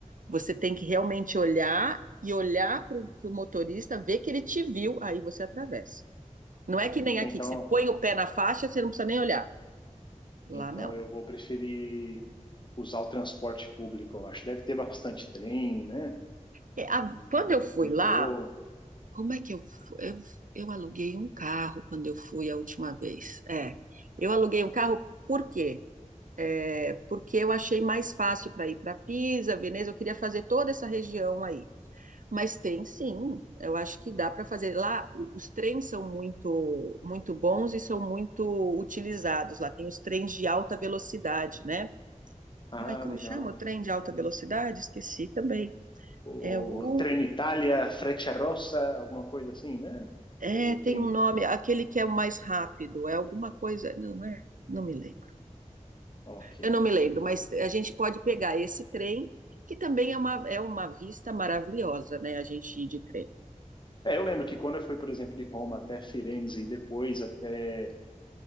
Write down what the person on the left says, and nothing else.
Então,
então
eu vou preferir usar o transporte público, eu acho. Deve ter bastante trem, né?
Hum,
Metrô.
Ah,
legal.
O,
o Trenitalia, Frecciarossa, alguma coisa assim, né?
O
trem.
Ok,
ok.
É, eu lembro que quando eu fui, por exemplo, de Roma até Firenze e depois até